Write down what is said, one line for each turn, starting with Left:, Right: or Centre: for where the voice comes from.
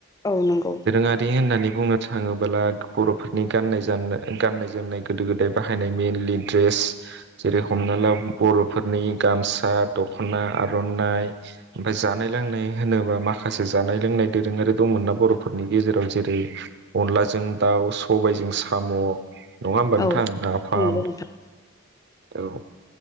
Left: औ नंगौ
Right: दोरोङारि होननानै बुंनो थाङोबोला बर'फोरनि गानाय ज गाननाय जोमनायखौ गोदो गोदाय बाहायनाय मइेनलि दड्रेस जेरै हमना ला बर'फोरनि गामसा दख'ना आर'नाइ ओमफाय जानाय लोंनाय होनोबा माखासे जानाय लोंनाय दोरोङारि दंमोनना बर'फोरनि गेजेराव जेरै अनलाजों दाउ सबायाइजों साम' नङा होमबा नोंथां
Left: औ
Right: नाफाम
Left: नंगौ नोंथां
Right: औ।